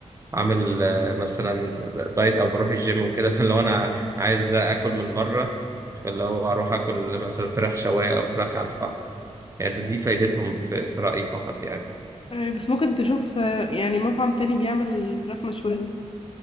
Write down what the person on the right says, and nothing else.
عامل آه، مثلا دايت او بروح الجيم وكده <laughs> فلو انا عايز اكل من بره فلو اروح اكل مثلا فراخ شواية او فراخ على الفحم يعني دي فايدتهم في في رأيي فقط يعني